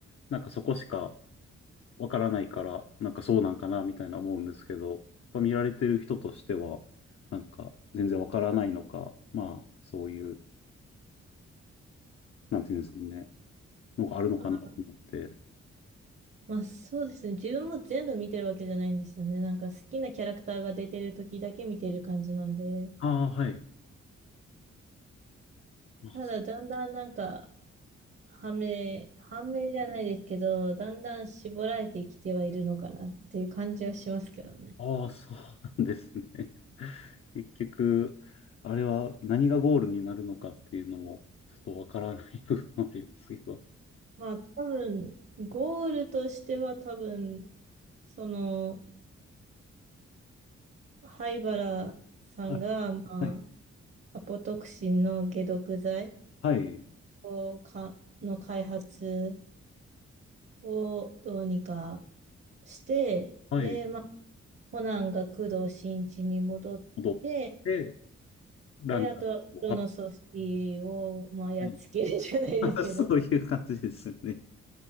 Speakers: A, on the left (about 50°); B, on the right (about 45°).
A: なんかそこしかわからないから、なんかそうなんかなみたいな思うんですけど、やっぱ見られてる人としては、なんか全然わからないのか、まあ、そういう、なんていうんですかね、のがあるのかなと思って。
B: あ、まあそうですね。自分も全部見てるわけじゃないんですよね。なんか好きなキャラクターが出てる時だけ見てる感じなんで。
A: ああ、はい。あ、
B: ただだんだんなんか、
A: そ
B: はめ、はめじゃないですけど、だんだん絞られてきてはいるのかなっていう感じはしますけどね。
A: あーそうなんですね。結局、あれは何がゴールになるのかっていうのも、ちょっとわからない部分もありますけど。
B: まあ多分、ゴールとしては多分、その、灰原さんが、
A: はい、
B: まあ、
A: はい、
B: アポトクシンの解毒剤
A: はい、
B: をか、の開発をどうにかして、
A: はい、
B: で、まあ、コナンが工藤新一に戻って、
A: 戻って、ランチャンを張っ
B: で、あとは黒の組織を、まあ、やっつけるじゃないですけど、
A: て、<laughs> はいそういう感じですよね。
B: <laughs>